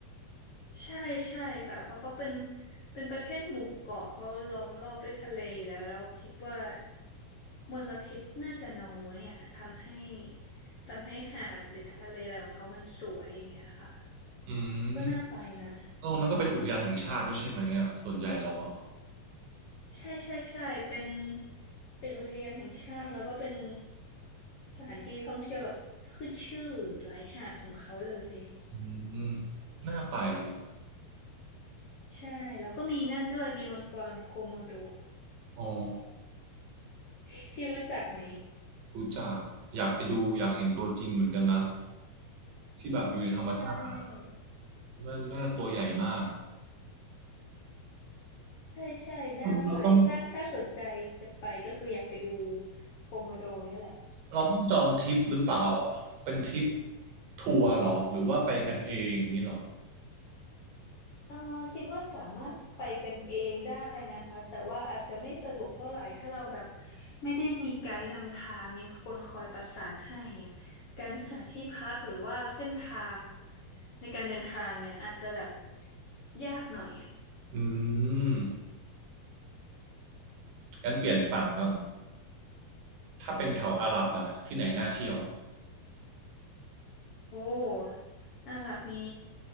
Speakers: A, on the left (about 70°); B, on the right (about 70°).
A: ใช่ใช่ค่ะเพราะเขาเป็นเป็นประเทศหมู่เกาะเขาล้อมรอบด้วยทะเลอยู่แล้วแล้วคิดว่ามลพิษน่าจะน้อยอ่ะทำให้ทำให้หาดหรือทะเลอะไรของเขามันสวยอย่างเงี้ยค่ะ
B: อืม
A: ก็น่าไปนะ
B: ตรงนั้นก็เป็นอุทยานแห่งชาติด้วยใช่ไหมอ่ะส่วนใหญ่แล้วอ่ะ
A: ใช่ใช่ใช่เป็นเป็นอุทยานแห่งชาติแล้วก็เป็นสถานที่ท่องเที่ยวแบบขึ้นชื่อหลายหาดของเขาเลย
B: อืมน่าไปอ่ะ
A: ใช่แล้วก็มีนั่นด้วยมีมังกรโคโมโด
B: อ๋อ
A: <laughs> พี่รู้จักไหม
B: รู้จักอยากไปดูอยากเห็นตัวจริงเหมือนกันนะที่แบบอยู่ในธรรมชาติ
A: ใช่
B: มันน่าตัวใหญ่มาก
A: ใช่ใช่น่าไปถ้าถ้าสนใจจะไปก็คืออยากไปดู
B: เราต้อง
A: โคโมโดเนี่ยแหละ
B: เราต้องจองทริปหรือเปล่าอ่ะเป็นทริปทัวร์เหรอหรือว่าไปกันเองนี่หรอ
A: เอ่อคิดว่าสามารถไปกันเองได้นะคะ แต่ว่าอาจจะไม่สะดวกเท่าไหร่ถ้าเราแบบไม่ได้มีไกด์นำทางมีคนคอยประสานให้อะการหาที่พักหรือว่าเส้นทางในการเดินทางเนี่ยอาจจะแบบยากหน่อย
B: อืมงั้นเปลี่ยนฝั่งบ้าง ถ้าเป็นแถวอาหรับล่ะที่ไหนน่าเที่ยว
A: โอ้อาหรับนี้